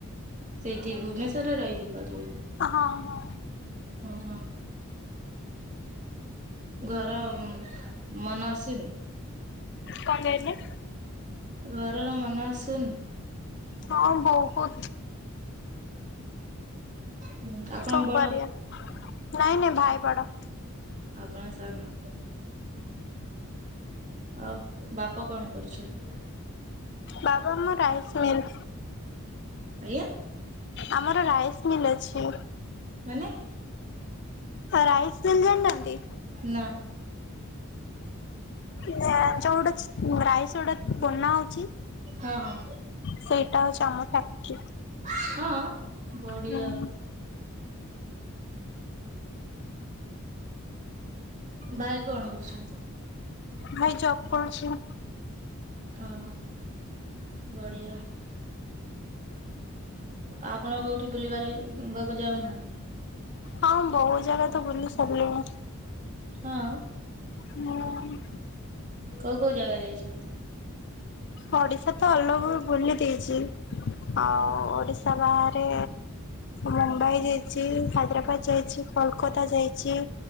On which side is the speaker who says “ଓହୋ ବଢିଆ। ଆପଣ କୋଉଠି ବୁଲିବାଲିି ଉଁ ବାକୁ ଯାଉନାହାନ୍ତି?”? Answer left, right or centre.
Right